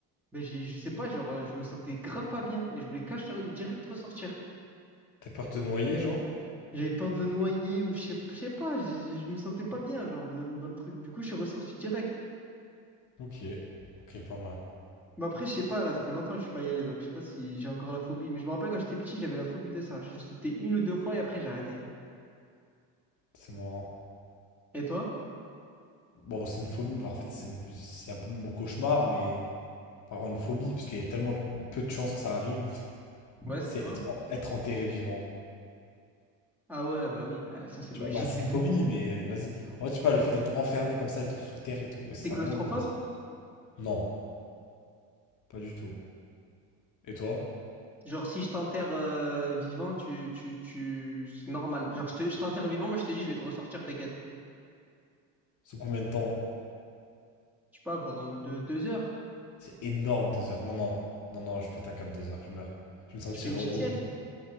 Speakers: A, in the centre; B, on the left.
A: ben, j'ai- je sais pas, genre, euh, je me sentais grave pas bien et je voulais cache direct ressortir.
B: T'as peur de te noyer, genre?
A: J'avais peur de me noyer ou je sais, je sais pas, je, je me sentais pas bien, genre, de- dans le truc. Du coup, je suis ressorti direct.
B: Ok. Ok, pas mal.
A: Mais après, je sais pas, là, ça fait longtemps que je suis pas y allé, donc je sais pas si j'ai encore la phobie. Mais je me rappelle quand j'étais petit, j'avais la phobie de ça. j'ai C'était une ou deux fois et après, j'ai arrêté.
B: C'est marrant.
A: Et toi?
B: Bon, c'est une phobie, mais en fait, c'est c'est un peu mon cauchemar, mais pas vraiment une phobie, parce qu'il y a tellement peu de chances que ça arrive.
A: Ouais, c'est
B: C'est
A: quoi?
B: être, être enterré vivant.
A: Ah ouais, bah oui, bah ça c'est
B: Tu
A: logique.
B: vois, bah, c'est
A: <laughs>
B: une phobie, mais vas-y. En fait, je sais pas, le fait d'être enfermé comme ça et tout sous terre et tout, ça
A: T'es claustrophobe?
B: m'angoisse. Non, pas du tout. Et toi?
A: Genre, si je t'enterre euh, vivant, tu, tu, tu... c'est normal. Genre, je te- je t'enterre vivant, moi je te dis, je vais te ressortir, t'inquiète.
B: Sous combien de temps?
A: Je sais pas, pendant deux, deux heures,
B: C'est énorme, deux heures. Non, non, non, non, je pète un câble deux heures, je meurs. Je vais me sentir,
A: tu fais une petite
B: euh, oh,
A: sieste.